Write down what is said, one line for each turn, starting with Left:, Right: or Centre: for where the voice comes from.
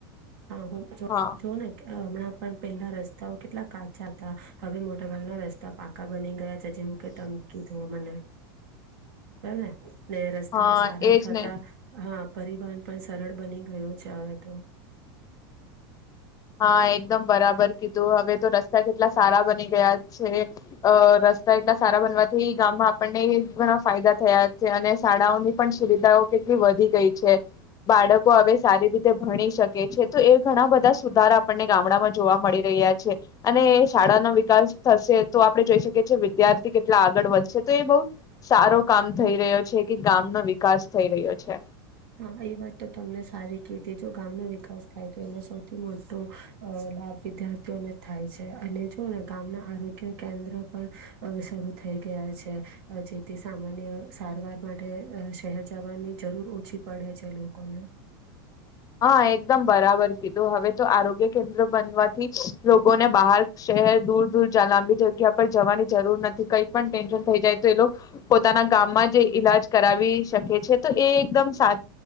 Right: હા હું જો
Left: હા
Right: જો ને કે હમણાં પણ પેલા રસ્તાઓ કેટલા કાચા હતા હવે મોટાભાગના રસ્તા પાકા બની ગયા. જેવું કે તમકી થો મને બરાબર ને ને રસ્તા
Left: હા
Right: સારા
Left: એજ
Right: થતા
Left: ને
Right: હા પરિવહન પણ સરળ બની ગય છે હવે તો.
Left: હા એકદમ બરાબર કીધું, હવે તો રસ્તા કેટલા સારા બની ગયા છે અ રસ્તા એટલા સારા બનવાથી ગામમાં આપણને ઘણા ફાયદા થયા છે, અને શાળાઓની પણ સુવિધાઓ કેટલી વધી ગઈ છે, બાળકો હવે સારી રીતે ભણી શકે છે, તો એ ઘણા બધા સુધારા આપણને ગામડામાં જોવા મળી રહ્યા છે, અને શાળાનોો વિકાસ થશે તો આપડણે જોઈ શકીએ છીએ, વિદ્યાર્થી કેટલા આગળ વધશે તો એ બહુ સારો કામ થઈ રહ્યો છે, કે ગામનો વિકાસ થઈ રહ્યો છે
Right: હા એ વાત તો તમને સારી કીધી જો ગામનો વિકાસ થાય તો એમાં સૌથી મોટો લાભ વિદ્યાર્થીઓને થાય છે, અને જો ને ગામના આરોગ્ય કેન્દ્ર પણ શરૂ થઈ ગયા છે જે તે સામાન્ય સારવાર માટે શહેર જવાની જરૂર ઓછી પડે છે લોકોને
Left: હા એકદમ બરાબર કીધું હવે તો આરોગ્ય કેન્દ્ર બનવાથી લોકોને બહાર શહેર દૂર દૂર લાંબી જગ્યા પર જવાની જરૂર નથી કઈ પણ ટેન્શન થઈ જાય તો એ લોકો પોતાના ગામમાં જે ઈલાજ કરાવી શકે છે તો એ એકદમ સા